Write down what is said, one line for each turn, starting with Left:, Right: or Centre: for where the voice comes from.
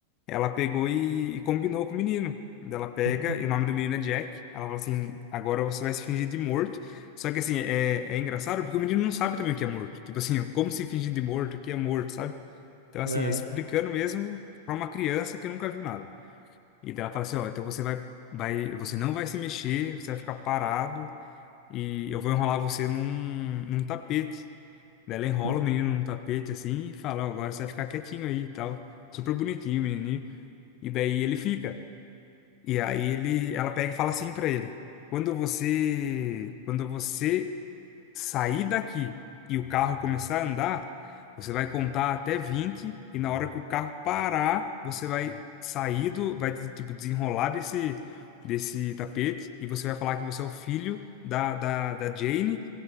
Left: Ela pegou e, e combinou com o menino. Daí Ela pega,
Right: <laughs>
Left: e o nome do menino é Jack. Ela fala assim: agora você vai se fingir de morto. Só que assim, é, é engraçado porque o menino não sabe também o que é morto. Tipo assim, <laughs> como se fingir de morto, o que é morto, sabe? Então, assim,
Right: Aham.
Left: é explicando mesmo pra uma criança que nunca viu nada. E daí ela fala assim: ó, então você vai, vai, você não vai se mexer, você vai ficar parado e eu vou enrolar você num, num tapete. Daí ela enrola
Right: Hum.
Left: o menino num tapete assim e fala: ó, agora você vai ficar quietinho aí e tal. Super bonitinho, o menininho. E daí ele fica. E aí ele, ela pega e fala assim pra ele: "Quando você, quando você sair daqui e o carro começar a andar, você vai contar até 20 e na hora que o carro parar, você vai sair do, vai tipo desenrolar desse desse tapete e você vai falar que você é o filho da, da, da Jane